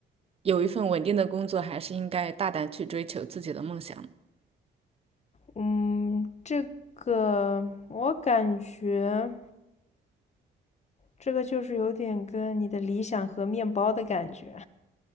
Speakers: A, on the right (about 30°); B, on the left (about 35°).
A: 有一份稳定的工作，还是应该大胆去追求自己的梦想？
B: 嗯，这个我感觉这个就是有点跟你的理想和面包的感觉，